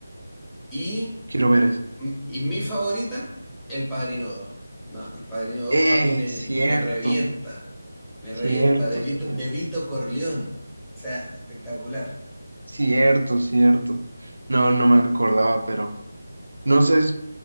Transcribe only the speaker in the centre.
y,
y mi favorita, El Padrino dos No, El Padrino dos
para mí me,
me revienta, me
revienta, de Vito,
de Vito Corleone, o sea, espectacular.